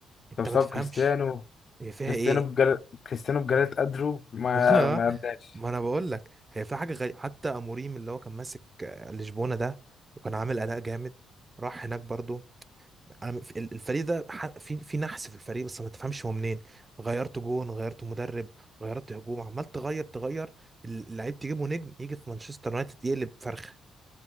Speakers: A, on the right (about 25°); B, on the left (about 50°).
A: انت
B: ده بسبب
A: ما تفهمش
B: كريستيانو
A: هي فيها
B: كريستيانو
A: ايه
B: بجل... كريستيانو بجلد قدره ما
A: <laughs>
B: ما اداش
A: ما انا بقول لك هي فيها حاجه غريبه حتى اموريم اللي هو كان ماسك آه، لشبونه ده وكان عامل اداء جامد راح هناك برضو أنا في- ال- الفريق ده ح- في في نحس في الفريق بس ما تفهمش هو منين غيرت جون غيرت مدرب غيرت هجوم عمال تغير تغير اللعيب تجيبه نجم يجي في مانشستر يونايتد يقلب فرخه